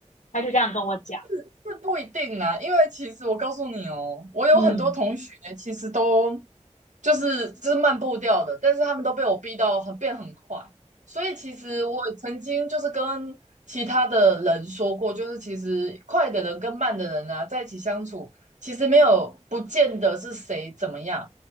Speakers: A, on the left; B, on the right.
A: 他就这样跟我讲，
B: 是不一定啦，因为其实我告诉你哦，我有很多同学其实都
A: 嗯
B: 就是就是慢步调的，但是他们都被我逼到很变很快，所以其实我曾经就是跟其他的人说过，就是其实快的人跟慢的人啊，在一起相处，其实没有不见得是谁怎么样，